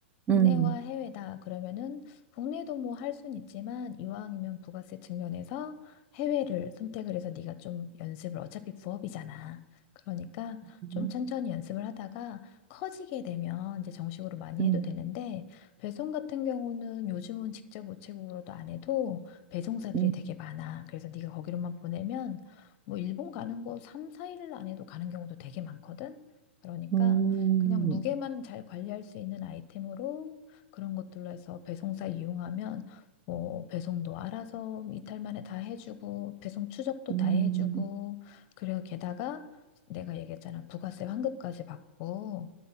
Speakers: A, on the right (about 20°); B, on the left (about 45°).
A: 음,
B: 국내와 해외다 그러면은 국내도 뭐 할 순 있지만 이왕이면 부가세 측면에서 해외를 선택을 해서 네가 좀 연습을 어차피 부업이잖아. 그러니까
A: 음,
B: 좀 천천히 연습을 하다가 커지게 되면 이제 정식으로 많이
A: 음,
B: 해도 되는데 배송 같은 경우는 요즘은 직접 우체국으로도 안 해도 배송사들이
A: 음,
B: 되게 많아. 그래서 네가 거기로만 보내면 뭐 일본 가는 거 3, 4일 안 해도 가는 경우도 되게 많거든. 그러니까
A: 음.
B: 그냥 무게만 잘 관리할 수 있는 아이템으로 그런 것들로 해서 배송사 이용하면 뭐 배송도 알아서 이탈 만에 다 해주고 배송 추적도
A: 음,
B: 다 해주고 그리고 게다가 내가 얘기했잖아 부가세 환급까지 받고